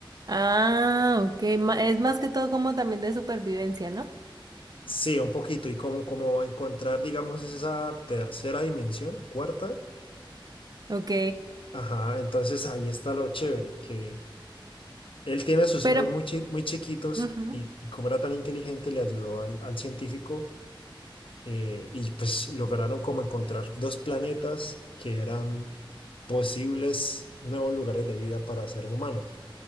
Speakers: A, on the right; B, on the left.
A: Ah, ok. ma- Es más que todo como también de supervivencia, ¿no?
B: Sí, un poquito, y como, como encontrar, digamos, esa tercera dimensión, cuarta.
A: Ok.
B: Ajá, entonces ahí está lo chévere, que él tiene a sus
A: Pero,
B: hijos muy, chi- muy chiquitos
A: ujú,
B: y, y como era tan inteligente, le ayudó al, al científico eh, y pues lograron como encontrar dos planetas que eran posibles nuevos lugares de vida para seres humanos.